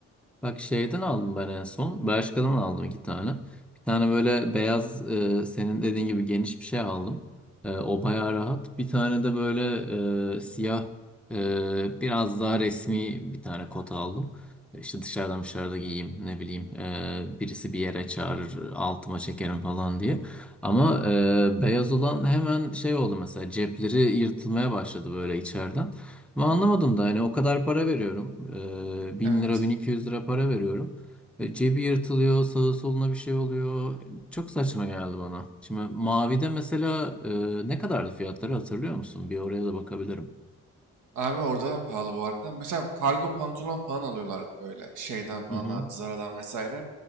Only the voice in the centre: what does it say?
Bak şeyden aldım ben en son. Bershka'dan aldım iki tane. Bir tane böyle beyaz e, senin dediğin gibi geniş bir şey aldım. E, o bayağı rahat. Bir tane de böyle e, siyah e, biraz daha resmi bir tane kot aldım. E, İşte dışarıdan dışarıda giyeyim ne bileyim e, birisi bir yere çağırır altıma çekerim falan diye. Ama e, beyaz olan hemen şey oldu mesela cepleri yırtılmaya başladı böyle içeriden. Ama anlamadım da hani o kadar para veriyorum. Ee, bin
lira 1200 lira para veriyorum. E, cebi yırtılıyor sağa soluna bir şey oluyor. Çok saçma geldi bana. Şimdi mavide mesela e, ne kadardı fiyatları hatırlıyor musun? Bir oraya da bakabilirim.
Hı hı.